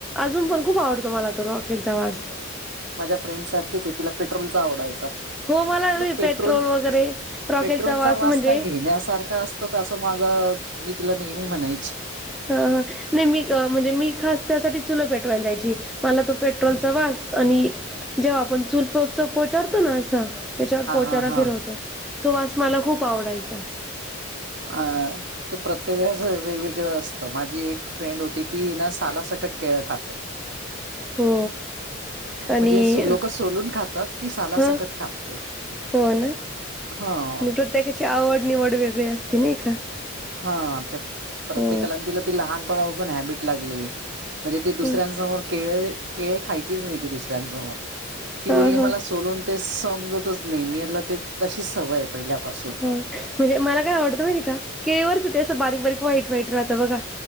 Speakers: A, in the centre; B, on the right.
A: अजून पण खूप आवडतो मला तो रॉकेलचा वास.
B: माझ्या फ्रेंडसारखीच, तिला पेट्रोलचा आवडायचा. आपलं
A: हो मला
B: पेट्रोल,
A: वगैरे रॉकेलचा
B: पेट्रोलचा वास
A: म्हणजे
B: काय घेण्यासारखा असतो का असं माग, मी तिला नेहमी म्हणायची.
A: ह, ह नाही मी, म्हणजे मी खास त्यासाठी चुलं पेटवायला जायची. मला तो पेट्रोलचा वास आणि जेव्हा आपण चुल पोच, पोचरतो ना अस त्याच्यावर
B: हा
A: पोचारा
B: हा हा
A: फिरवतो, तो वास मला खूप आवडायचा.
B: आ. ते प्रत्येकाच वेगवेगळं असतं, माझी एक फ्रेंड होती ती ना सालासकट केळं खाते. <unintelligible>
A: हो. आणि
B: म्हणजे सो, लोक सोलून खातात, ती सालासकट
A: ह
B: खाते.
A: हो ना,
B: हा.
A: प्रत्येकाची आवड, निवड वेगळी असते. नाही का
B: हा, ते प्रत्येकाला
A: हो
B: आणि तिला ती लहानपणापासून हॅबिट लागलेली. म्हणजे ती दुसऱ्यांनसमोर
A: ह
B: केळे, केळे खायचीच नाही ती दुसऱ्यांनसमोर. ती
A: हा
B: बोलली
A: हा
B: मला
A: हा
B: सोलून ते समजतच नाही, मेला ते तशीच सवय आहे पहिल्यापासून.
A: हो, म्हणजे मला काय आवडतं माहिती का, केळीवरच ते असं बारीक-बारीक, व्हाईट -व्हाईट राहतं बघा.